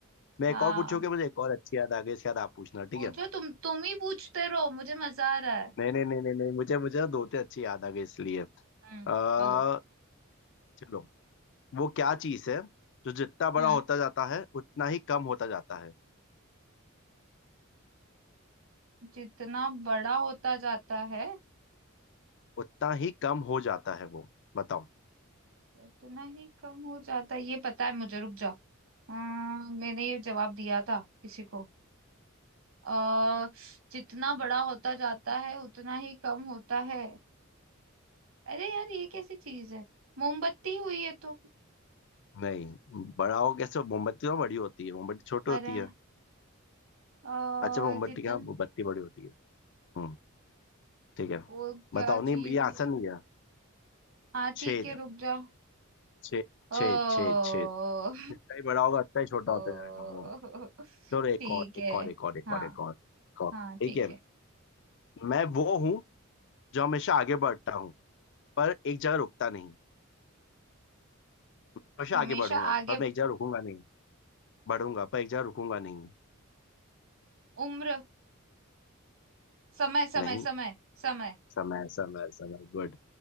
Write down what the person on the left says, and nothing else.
मैं
एक और पूछूंगा मुझे एक और अच्छी याद आ गई इसके बाद आप पूछना ठीक
है
नहीं नहीं नहीं नहीं नहीं मुझे मुझे ना दो तीन अच्छी याद आ गई इसलिए
आ,
चलो वो क्या चीज है जो जितना बड़ा
होता जाता है उतना ही कम होता जाता है
उतना ही कम हो जाता है वो बताओ
नहीं बड़ा हो कैसे मोमबत्ती तो बड़ी होती है मोमबत्ती छोटी
होती है
अच्छा मोमबत्ती
हाँ मोमबत्ती बड़ी होती है हम्म ठीक है
बताओ
नहीं ये
आसान नहीं है
छेद
छेद
छेद छेद छेद जितना ही बड़ा होगा उतना ही छोटा होता
जाएगा वो चलो एक
और एक
और एक और एक
और एक और एक और
ठीक
है
मैं वो हूँ जो हमेशा आगे बढ़ता हूँ पर एक जगह रुकता नहीं हमेशा
आगे बढ़ूंगा
पर मैं एक जगह रुकूंगा नहीं बढ़ूंगा पर एक जगह रुकूंगा नहीं
नहीं
समय समय समय गुड